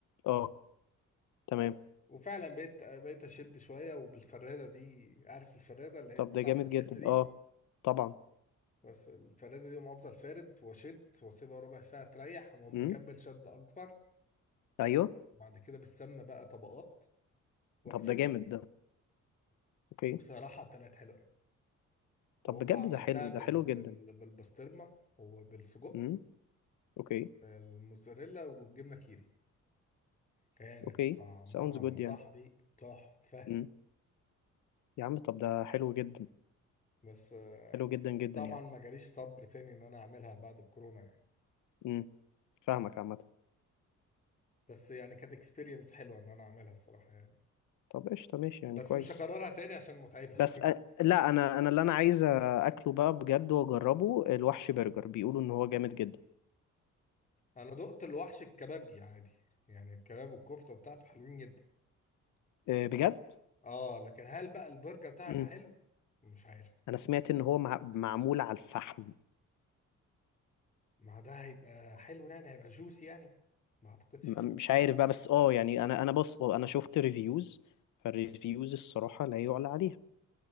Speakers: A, on the left; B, on the left.
A: اه تمام
B: بس وفعلا بقيت بقيت اشد شويه وبالفراده دي عارف الفراده اللي هي
A: طب
B: البتاع
A: ده جامد
B: اللي بتلف
A: جدا
B: دي
A: اه طبعا
B: بس الفرادة دي يقوم أفضل فارد وأشد وأسيبها ربع ساعة تريح وأقوم
A: امم
B: مكمل شد أكبر
A: ايوه
B: بعد كده بالسمنة بقى طبقات وأقفل
A: طب ده جامد ده اوكي
B: بصراحة طلعت حلوة أوي وهوبا
A: طب بجد
B: عملتها
A: ده حلو
B: بال...
A: ده حلو
B: بال...
A: جدا
B: بالبسطرمة وبالسجق
A: امم اوكي
B: الموزاريلا والجبنة كيري كانت
A: اوكي
B: طعمها
A: ساوندز جود
B: يا صاحبي
A: يعني
B: تحفة
A: امم يا عم طب ده حلو جدا
B: بس
A: حلو جدا
B: بس
A: جدا
B: طبعا
A: يعني
B: ما جاليش صبر تاني إن أنا أعملها بعد الكورونا يعني
A: امم فاهمك عامه
B: بس يعني كانت اكسبيرينس حلوة إن أنا أعملها الصراحة يعني
A: طب قشطه ماشي يعني
B: بس
A: كويس
B: مش هكررها تاني عشان متعبة
A: بس
B: <laughs>
A: أ... لا انا انا اللي انا عايز اكله بقى بجد واجربه الوحش برجر بيقولوا ان هو جامد جدا
B: انا دقت الوحش الكبابجي عادي يعني الكباب والكفته بتاعته حلوين جدا
A: أه بجد
B: اه لكن هل بقى البرجر بتاعه هيبقى
A: امم
B: حلو مش عارف
A: انا سمعت ان هو مع... معمول على الفحم
B: ما ده هيبقى حلو يعني هيبقى جوسي يعني ما اعتقدش
A: م- مش عارف بقى بس اه يعني انا انا بص آه، انا شفت ريفيوز فالريفيوز الصراحة لا يعلى عليها